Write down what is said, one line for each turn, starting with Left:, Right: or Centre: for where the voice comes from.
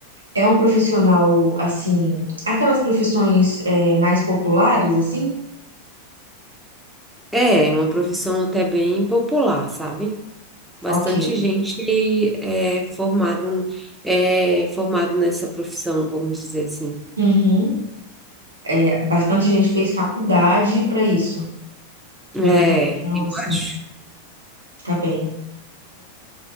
Right: É um profissional, assim, aquelas profissões é, mais populares, assim?
Centre: É uma profissão até bem popular, sabe? Bastante
Right: Ok.
Centre: gente é formado, é formado nessa profissão, vamos dizer assim.
Right: Uhum. É, Bastante gente fez faculdade para isso,
Centre: É,
Right: graduação,
Centre: eu
Right: assim,
Centre: acho.
Right: tá bem.